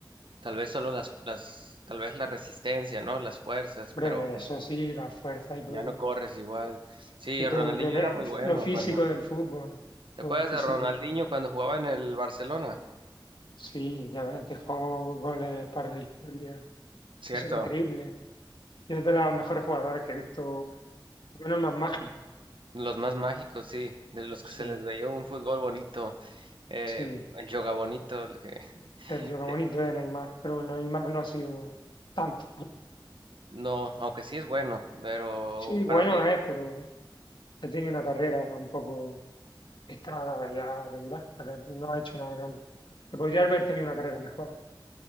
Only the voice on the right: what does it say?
tal vez solo las, las, tal vez la resistencia, ¿no? Las fuerzas, pero...
Ya no corres igual. Sí,
Ronaldinho
era muy bueno
cuando.
¿Te
acuerdas
de Ronaldinho cuando jugaba en el Barcelona?
Cierto,
los más mágicos, sí, de los
que se les veía un fútbol bonito, eh,
el yoga bonito, el que
que-
no, aunque sí es bueno, pero
para mí,